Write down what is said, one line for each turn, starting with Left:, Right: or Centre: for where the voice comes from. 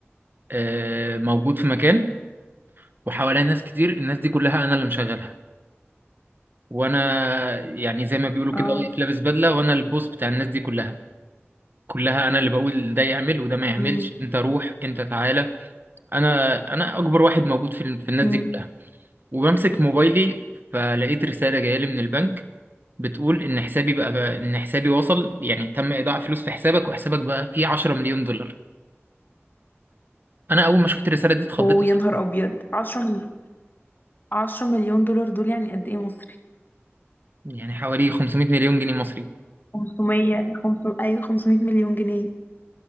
Right: آه، موجود في مكان وحواليا ناس كتير الناس دي كلها انا اللي مشغلها وانا يعني زي ما بيقولوا
Left: اه
Right: كده واقف لابس بدلة وانا البوس بتاع الناس دي كلها كلها انا اللي بقول ده يعمل وده ما يعملش
Left: امم
Right: انت روح انت تعالى انا انا اكبر واحد موجود في ال- في الناس
Left: امم
Right: دي كلها وبمسك موبايلي فلقيت رسالة جاية لي من البنك بتقول ان حسابي بقى ان حسابي وصل يعني تم ايداع فلوس في حسابك وحسابك بقى فيه 10 مليون دولار انا اول ما شفت الرسالة دي اتخضيت
Left: ويا
Right: وس-
Left: نهار ابيض 10 مل... 10 مليون دولار دول يعني قد ايه مصري
Right: يعني حوالي 500 مليون جنيه مصري
Left: 500 500 ايوه 500 مليون جنيه